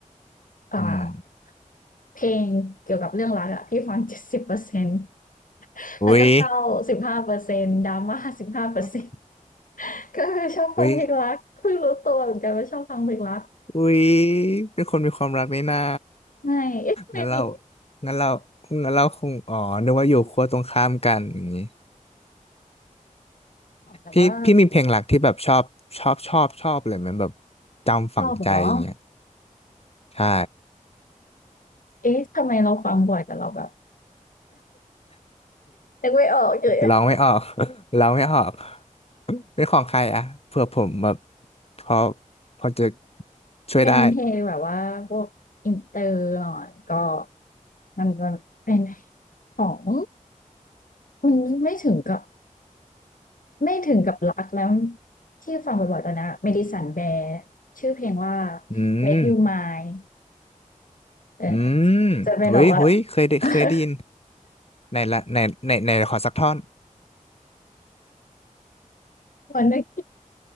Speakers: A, on the left; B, on the left.
A: ๆอืม
B: อ่า เพลงเกี่ยวกับเรื่องรักอะพี่ฟังเจ็ดสิบเปอร์เซ็นต์
A: อุ้ย
B: แล้วก็เศร้าสิบห้าเปอร์เซ็นต์ดราม่าสิบห้าเปอร์เซ็นต์
A: อ
B: ก็เลยชอบฟังเพลงรักเพิ่งรู้ตัวเหมือนกันว่าชอบฟังเพลงรัก
A: ุ้ย อุ๊ยเป็นคนมีความรักนี่นา
B: ไม่ <laughs> ไม่มี
A: งั้นเรางั้นเรางั้นเราคงอ๋อนึกว่าอยู่ขั้วตรงข้ามกันอย่างนี้
B: แต่ว่า
A: พี่พี่มีเพลงหลักที่แบบชอบชอบชอบชอบเลยมันแบบจำฝังใจอย่างเงี้ย
B: ชอบเหรอ
A: ใช่
B: เอ๊ะทำไมเราฟังบ่อยแต่เราแบบนึกไม่ออกเลย
A: ร้องไม่ออก <laughs> ร้องไม่ออกเป็นของใครอะเผื่อผมแบบพอพอจะช่วยได้
B: เป็นเพลงแบบว่าพวกอินเตอร์หน่อยก็มันจะเป็นของมันไม่ถึงกับ ไม่ถึงกับรักแล้วที่ฟังบ่อยๆตอนนี้เ m ด d i ัน n b e ์ r ชื่อเพลงว่า
A: อืม
B: Make You Mine เออ
A: อืมเฮ้ยเฮ้ยเคยได้เคยได้ยิน
B: จะเป็นแบบว่า <laughs>
A: ในละในในในขอสักท่อน
B: วันนั้น